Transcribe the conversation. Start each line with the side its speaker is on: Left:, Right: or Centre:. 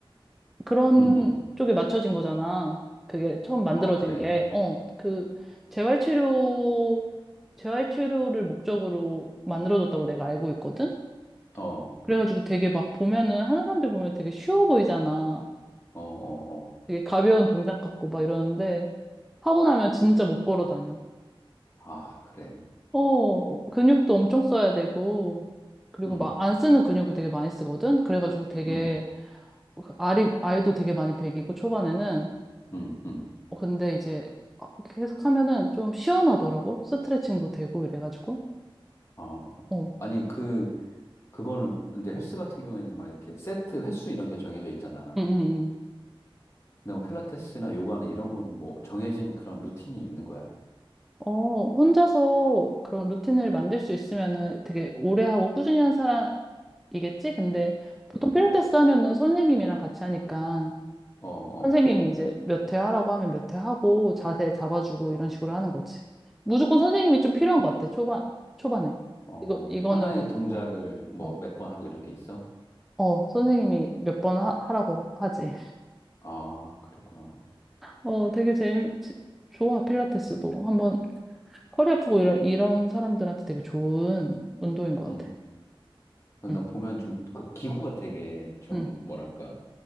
Centre: 그런
Left: 응, 응.
Centre: 쪽에 맞춰진 거잖아. 그게 처음 만들어진
Left: 어, 그래.
Centre: 게. 어, 그, 재활치료, 재활치료를 목적으로 만들어졌다고 내가 알고 있거든?
Left: 어, 어,
Centre: 그래가지고 되게 막 보면은, 하는 사람들 보면 되게 쉬워 보이잖아.
Left: 어, 어.
Centre: 되게 가벼운 동작 같고 막 이러는데, 하고 나면 진짜 못 걸어 다녀.
Left: 아, 그래.
Centre: 어, 근육도 엄청 써야 되고, 그리고
Left: 응,
Centre: 막 안 쓰는 근육을 되게 많이 쓰거든? 그래가지고 되게,
Left: 응,
Centre: 그 알이, 알도 되게 많이 배기고, 초반에는.
Left: 응, 응.
Centre: 어, 근데 이제 아, 계속 하면은 좀 시원하더라고? 스트레칭도 되고, 이래가지고.
Left: 아,
Centre: 어, 응,
Left: 아니, 그, 그거는, 근데 헬스 같은 경우에는 막 이렇게 세트 횟수 이런 게 정해져 있잖아.
Centre: 응, 응.
Left: 근데 뭐 필라테스나 요가는 이런 거는 뭐 정해진 그런 루틴이 있는 거야?
Centre: 어, 혼자서 그런 루틴을 만들 수 있으면은 되게 오래 하고 꾸준히 한 사람이겠지? 근데 보통 필라테스 하면은 선생님이랑 같이 하니까.
Left: 어, 어,
Centre: 선생님이 이제 몇 회 하라고 하면 몇 회 하고 자세 잡아주고 이런 식으로 하는 거지. 무조건 선생님이 좀 필요한 것 같아. 초반 초반에.
Left: 어,
Centre: 이거 이거는
Left: 하나의 동작을 뭐
Centre: 어,
Left: 몇 번 하고 이런 게 있어?
Centre: 어 선생님이 몇 번 하라고 하지.
Left: 아, 그랬구나.
Centre: 어 되게 재밌 좋아 필라테스도 한번 허리 아프고 이런 이런 사람들한테 되게 좋은 운동인 것
Left: 음.
Centre: 같아.
Left: 난
Centre: 응,
Left: 보면 좀 그 기구가 되게 좀
Centre: 응,
Left: 뭐랄까